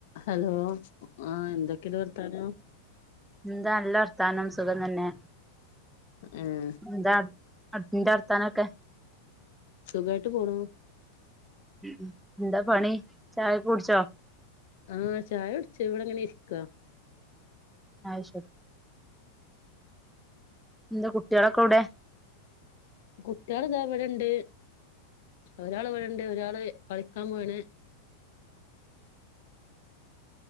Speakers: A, on the left; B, in the centre.
A: ഹലോ ആഹ് എന്തൊക്കെണ്ട് വർത്താനം
B: എന്താ നല്ല വർത്താനം സുഖം തന്നെ
A: ആഹ
B: എന്താ അന്റെ വർത്താനൊക്കെ
A: സുഖമായിട്ട് പോണു
B: ഉ എന്താ പണി ചായ കുടിച്ചോ
A: ആഹ ചായ കുടിച്ച് ഇവിടെ അങ്ങനെ ഇരിക്കുവ
B: ആ ശരി പിന്നെ കുട്ടികളൊക്കെ എവിടെ
A: കുട്ടികൾ ഇത് അവിടെണ്ട് ഒരാൾ ഇവിടെണ്ട് ഒരാള് കളിക്കാൻ പോയണ്